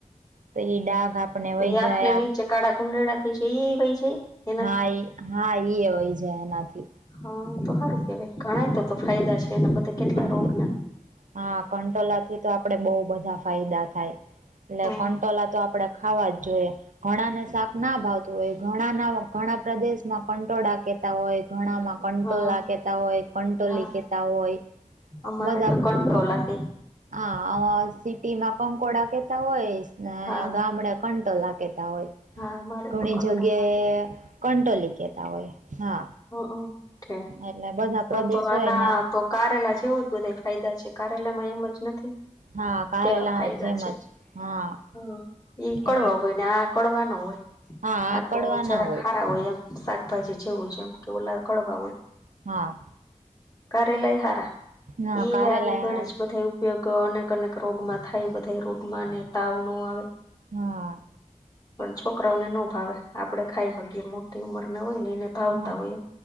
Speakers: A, on the right; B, on the left.
A: તો એ ડાઘ આપને
B: તો
A: વહી
B: એ
A: જાય
B: આંખને
A: આપ
B: નીચે કાળા કુંડારા થઈ છે ઈ એ વય જય છે
A: હા એ હા ઈ એવાય જાય એનાથી
B: હા તો સારું કેવાય ગણાય તો તો ફાયદા છે એના બધા કેટલા
A: હા
B: રોગના
A: હા કંટોલા થી તો આપડે બહુ બધા ફાયદા થાય એટલે
B: હા
A: કંટોલા તો આપણે ખાવા જ જોઈએ ઘણા ને શાક ના ભાવતું હોય ઘણા ના ઘણા પ્રદેશમાં કંટોળા કે હોય ઘણામાં કંટોલા
B: હા
A: કેતા હોય કંટોલી
B: હા
A: કેતા હોય
B: અમારે
A: બધા
B: તો કંટોલા કે
A: હા સિટી માં કંકોડા કેતા હોય ને
B: હા
A: ગામડે પણ કટોલા કહેતા હોય
B: હા અમારે
A: ઘણી
B: તો કંટો
A: જગ્યાએ
B: લાગે
A: કંટોલી કેતા હોય હા
B: હ ઓકે
A: એટલે બધા
B: તો
A: પ્રદેશ
B: તો આના
A: હોય ને
B: તો કારેલા જેવો જ બધા ફાયદા છે કારેલા માં એમ જ નથી
A: હા કારેલા
B: કેવા ફાયદા
A: જેમ
B: છે
A: જ હા
B: હમ્મ ઈ કડવા
A: એની
B: હોય ને આ કડવાનો હોય
A: હા હા
B: આ
A: કડવા
B: તો જરા
A: ના
B: ખારા હોય એમ શાકભાજી જેવું છે એમ કે ઓલા કડવા હોય
A: હા
B: કારેલા ય હરા
A: હા
B: એ
A: કારેલા
B: આની ઘડે જ બધા ઉપયોગ અનેક અનેક રોગમાં થાય બધા રોગમાંને તાવ ન આવે
A: હા
B: પણ છોકરાઓને ન ભાવે આપડે ખાઈ હકીએ મોટી ઉંમરને હોય ને એને ભાવતા
A: હા
B: હોયએ